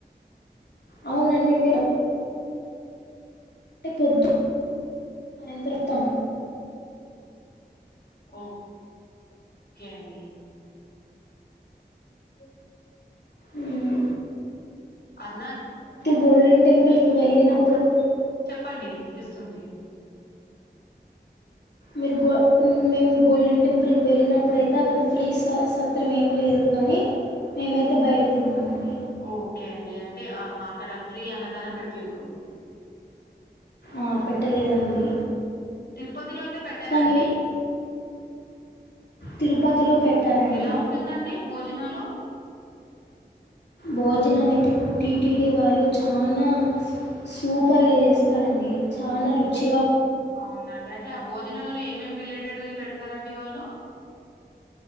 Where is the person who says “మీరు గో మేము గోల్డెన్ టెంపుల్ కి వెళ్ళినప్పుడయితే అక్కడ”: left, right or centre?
Left